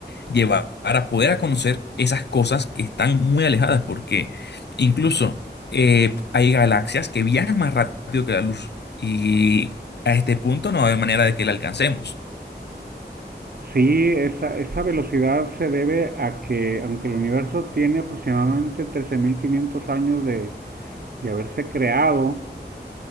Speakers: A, on the left; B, on the right.
A: llevar a poder a conocer esas cosas que están muy alejadas, porque incluso eh, hay galaxias que viajan más rápido que la luz y a este punto no va a haber manera de que la alcancemos.
B: Sí, esa, esa velocidad se debe a que, aunque el universo tiene aproximadamente 13.500 años de, de haberse creado,